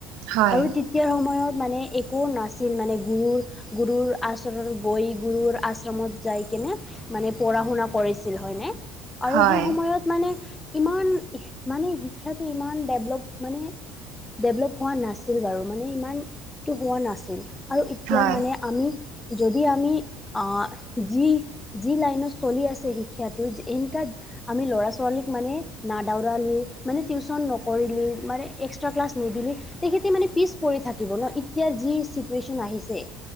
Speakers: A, on the right; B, on the left.
A: হয়
B: আৰু তেতিয়াৰ সময়ত মানে একো নাছিল মানে গুৰ গুৰুৰ আশ্ৰমত গৈ, গুৰুৰ আশ্ৰমত যাইকিনে- মানে পঢ়া-শুনা কৰিছিল হয়নে আৰু
A: হয়
B: সেই সময়ত- মানে ইমান মানে, শিক্ষাটো ইমান ডেভলপ মানে। ডেভলপ হোৱা নাছিল বাৰু, মানে ইমানটো হোৱা নাছিল। আৰু এতিয়াৰ
A: হয়
B: মানে আমি, যদি আমি যি- যি লাইনত চলি আছোঁ শিক্ষাটো, এনেকাত- আমি ল'ৰা-ছোৱালীক মানে না দাউৰালি, মানে টিউশচন নকৰিলি, মানে এক্সট্ৰা ক্লাছ নিদিলি, তেখেতে মানে পিছ পৰি থাকিব ন? এতিয়া যি চিটুৱেশ্যন আহিছে।